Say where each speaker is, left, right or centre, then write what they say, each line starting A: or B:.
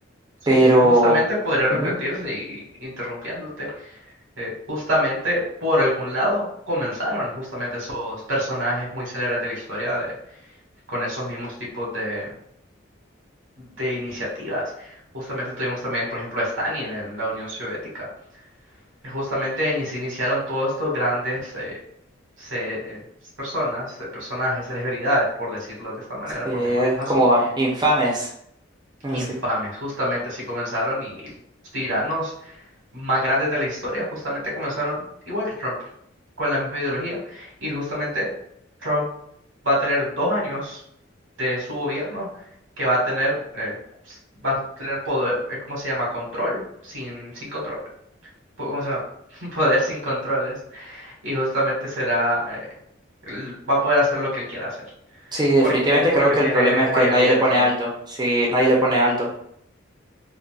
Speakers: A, on the right (about 80°); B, on the right (about 20°).
A: Sí,
B: pero
A: justamente podría repetirse
B: ujú,
A: y interrumpiéndote. eh, justamente por algún lado comenzaron justamente esos personajes muy célebres de la historia de, con esos mismos tipos de, de iniciativas. Justamente tuvimos también, por ejemplo, a Stalin en la Unión Soviética, que justamente ahí se iniciaron todos estos grandes eh, se- eh, personas, eh, personajes, celebridades, por decirlo de esta manera,
B: eh,
A: por llamarlos así,
B: como infames. <laughs>
A: infames.
B: Sí.
A: Justamente así comenzaron y los tiranos más grandes de la historia justamente comenzaron igual que Trump, con la misma ideología. Y justamente Trump va a tener dos años de su gobierno que va a tener, eh, s- va a tener poder, eh, ¿cómo se llama? Control sin, sin control. po- ¿Cómo se llama? <laughs> Poder sin controles. Y justamente será, eh, él va a poder hacer lo que él quiera hacer.
B: Sí, definitivamente
A: ¿Por qué? Porque
B: creo que
A: tiene
B: el problema es
A: mayoría
B: que nadie le
A: en
B: pone
A: todo.
B: alto, sí, nadie le pone alto.